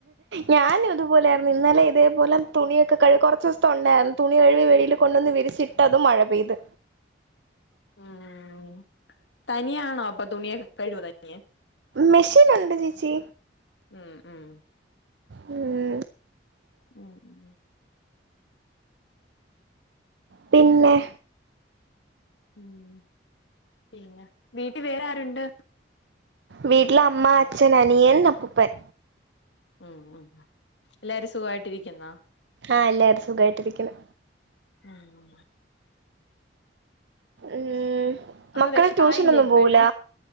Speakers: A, on the right (about 70°); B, on the left (about 70°).
A: ഞാനും തുപോലെ ആരുന്നു ഇന്നലെ ഇതേ തുണിയൊക്കെ കഴ കുറച്ച് ദിവസത്തെ ഉണ്ടായിരുന്നു തുണി കഴിക വെയില് കൊണ്ടൊന്ന് വിരിച്ചിട്ടതും മഴ പെയ്ത്
B: മ്മ് തനിയാണോ അപ്പൊ തുണിയൊക്കെ കഴുവോ തനിയെ
A: മെഷീനുണ്ട് ചീച്ചീ
B: ഉം ഉം
A: മ്മ്
B: ഉം ഉമ്
A: പിന്നെ
B: മ് പിന്നെ വീട്ടി വേറാരുണ്ട്
A: വീട്ടിൽ അമ്മ അച്ഛൻ അനിയൻ അപ്പുപ്പൻ
B: മ് മ് എല്ലാരും സുഖായിട്ടിരിക്കുന്നോ
A: ആ എല്ലാവരും സുഖമായിട്ടിരിക്കുന്ന്
B: ഉം
A: ഉം
B: അപ്പൊ
A: മക്കളെ
B: വിശപ്പായില്ലേ
A: ട്യൂഷനൊന്നും
B: ഇപ്പഴും
A: പോവൂല